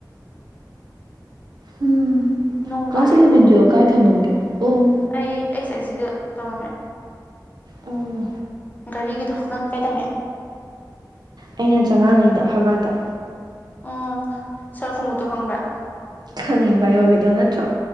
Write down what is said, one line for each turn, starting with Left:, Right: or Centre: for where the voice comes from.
Right: ꯎꯝ
Left: ꯅꯣꯡ
Right: ꯀ꯭ꯂꯥꯁ
Left: ꯇꯥꯔꯛꯑꯦ
Right: ꯏꯂꯚꯦꯟ
Left: ꯑꯩꯈꯣꯏꯒꯤꯁꯨ
Right: ꯇꯨꯋꯦꯜꯕ ꯀꯥꯏ ꯊꯝꯃꯝꯒꯦ ꯑꯣ
Left: ꯑꯩ ꯑꯩꯁ ꯑꯩꯆ ꯁꯤꯗ ꯇꯧꯔꯝꯃꯦ
Right: ꯑꯣꯃ
Left: ꯒꯥꯔꯤꯒꯤꯗꯣ ꯅꯪꯗꯤ ꯀꯥꯏ ꯇꯝꯃꯛꯑꯦ
Right: ꯑꯩꯅ ꯆꯉꯥꯡꯉꯩꯗ ꯍꯕꯥꯠꯇ
Left: ꯎꯝ ꯁꯥꯔ ꯀꯨꯝꯃꯨꯠꯇꯣ ꯈꯪꯕ꯭ꯔ
Right: ꯈꯪꯉꯤ ꯕꯥꯏꯌꯣꯒꯤꯗꯣ ꯅꯠꯇ꯭ꯔꯣ